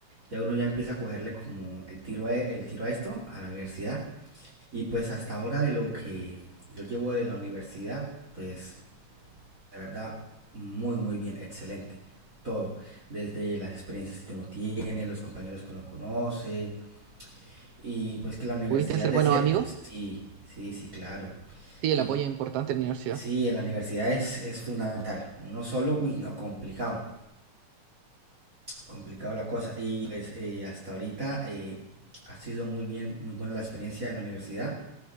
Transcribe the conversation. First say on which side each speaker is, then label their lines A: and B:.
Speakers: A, on the right; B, on the right.
A: ya uno ya empieza a cogerle como el tiro a, e, el tiro a esto, a la universidad. Y pues hasta ahora de lo que yo llevo de la universidad, pues de verdad, muy, muy bien, excelente. Todo, desde las experiencias que uno tiene, los compañeros que uno conoce, y pues que la universidad
B: ¿Pudiste hacer
A: de
B: buenos
A: cierto,
B: amigos?
A: sí, sí, sí, claro.
B: Sí, el
A: Y
B: apoyo es importante en la universidad.
A: sí, en la universidad es, es fundamental. Uno solo, uy, no, complicado, complicado la cosa. Y pues eh, hasta ahorita eh, ha sido muy bien, muy buena la experiencia de la universidad.